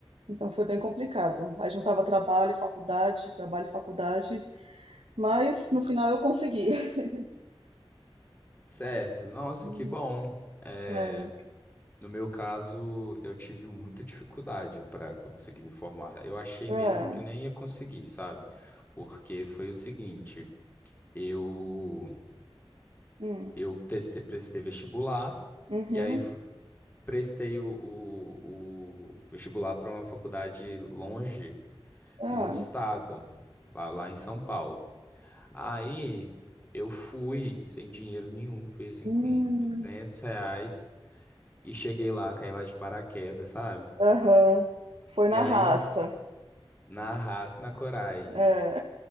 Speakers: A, on the right (about 75°); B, on the left (about 20°).
A: Então foi bem complicado. Aí juntava trabalho, e faculdade, trabalho, e faculdade, mas no final eu consegui. <laughs>
B: Certo, nossa,
A: Uhum.
B: que bom. É,
A: É,
B: no meu caso, eu tive muita dificuldade para conseguir me formar. Eu achei
A: é,
B: mesmo que eu nem ia conseguir, sabe? Porque foi o seguinte, eu
A: hum,
B: eu testei, prestei vestibular
A: uhum,
B: e aí fu- prestei o, o, o vestibular para uma faculdade longe,
A: é,
B: em outro estado, lá, lá em São Paulo. Aí eu fui sem dinheiro nenhum, fui assim
A: hum,
B: com 200 reais. E cheguei lá, caí lá de paraquedas, sabe?
A: aham. Foi
B: E
A: na
B: aí,
A: raça.
B: na raça e na coragem.
A: É.